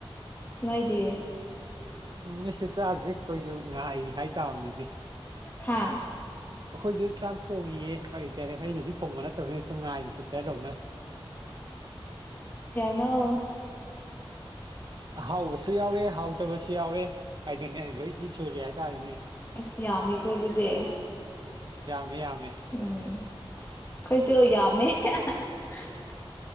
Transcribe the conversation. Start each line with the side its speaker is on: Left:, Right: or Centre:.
Left: ꯅꯣꯏꯗꯤ
Right: ꯎꯝ ꯑꯩꯁꯨ ꯆꯥꯗ꯭ꯦꯈꯣꯏꯁꯨ ꯉꯥꯏꯔꯤ ꯍꯥꯏ ꯇꯕꯅꯤꯅꯦ
Left: ꯍꯥꯥ
Right: ꯑꯩꯈꯣꯏꯁꯨ ꯆꯥꯛ ꯊꯣꯡꯉꯌꯦ ꯀꯇꯥꯔꯦ ꯑꯩꯅꯗꯤ ꯊꯣꯡꯕ ꯅꯠꯇ꯭ꯔꯒꯅꯁꯨ ꯉꯥꯏꯕ ꯁꯤꯁꯇꯔꯗꯧꯅ
Left: ꯅꯣ
Right: ꯍꯥꯎꯕꯁꯨ ꯌꯥꯎꯔꯦ ꯍꯥꯎꯇꯕꯁꯨ ꯌꯥꯎꯔꯦ ꯍꯥꯏꯗꯨꯅꯤ ꯑꯩ ꯂꯣꯏ ꯏ ꯁꯨꯔꯦ ꯍꯥꯏꯇꯥꯔꯦꯅꯦ
Left: ꯑ ꯌꯥꯃꯤ ꯀꯣꯗꯨꯗꯤ
Right: ꯌꯥꯝ
Left: ꯎꯝ ꯑꯩꯈꯣꯏꯁꯨ ꯌꯥꯝꯃꯦ